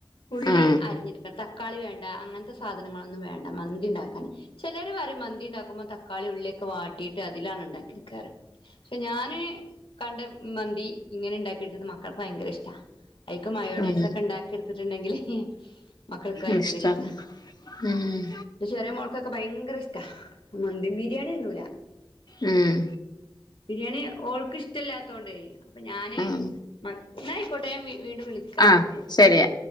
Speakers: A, on the left; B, on the left.
A: ഉള്ളി
B: ഉം
A: അരിഞ്ഞിടുക്ക തക്കാളി വേണ്ട അങ്ങനത്തെ സാധനങ്ങളൊന്നും വേണ്ട മ ഉണ്ടാക്കാന് ചിലർ പറയും മന്തി ഉണ്ടാക്കുമ്പോൾ തക്കാളി ഉള്ളിയൊക്കെ വാട്ടിട്ട് അതിലാണ് ഉണ്ടാക്കി എടുക്കാറ് പക്ഷെ ഞാന് കണ്ട മന്തി ഇങ്ങനെ ഉണ്ടാക്കിയിട്ടി മക്കൾക്ക് ഭയങ്കര ഇഷ്ട ഐക്ക മയോണൈസ്
B: ഉം
A: ഒക്കെ ഉണ്ടാക്കി എടുത്തിട്ടുണ്ടെങ്കില് മക്കൾക്ക് ഭയങ്കര
B: ഇഷ്ട
A: ഇഷ്ടാ
B: ഉം
A: ചെറിയ മുളക്കൊക്കെ ഭയങ്കര ഇഷ്ട മന്തിൻ ബിരിയാണിന്നുല
B: ഉം
A: ബിരിയാണി ഓൾക്ക് ഇഷ്ടമല്ലാത്തൊണ്ട് അപ്പൊ ഞാന്
B: ഉം
A: മ <unintelligible> കോട്ടെ ഞാൻ വീണ്ടും വിളിക്ക
B: അഹ് ശരിയാ